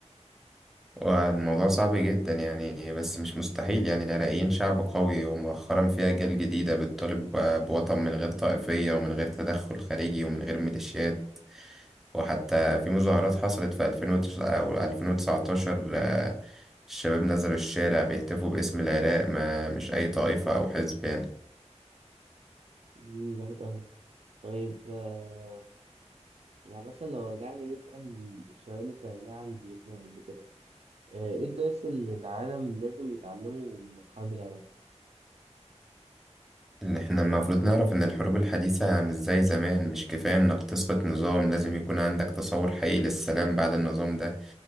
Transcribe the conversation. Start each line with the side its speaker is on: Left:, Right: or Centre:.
Centre: والموضوع صعب جدا يعني بس مش مستحيل يعني العراقيين شعب قوي ومؤخرا في أجيال جديدة بتطالب بوطن من غير طائفية ومن غير تدخل خارجي ومن غير ميليشيات وحتى في مظاهرات حصلت في 2019 أو 2019 آه، الشباب نزلوا الشارع بيهتفوا باسم العراق ما مش أي طائفة أو حزب يعني
Right: مم، جامد أوي طيب آه، يعني مثلا لو رجعنا نسأل السؤال اللي سألناه عن فيتنام قبل كده آه، ايه الدرس اللي العالم لازم يتعلمه من حرب العراق؟
Centre: إن إحنا المفروض نعرف إن الحروب الحديثة مش زي زمان مش كفاية إنك تسقط نظام لازم يكون عندك تصور حقيقي للسلام بعد النظام ده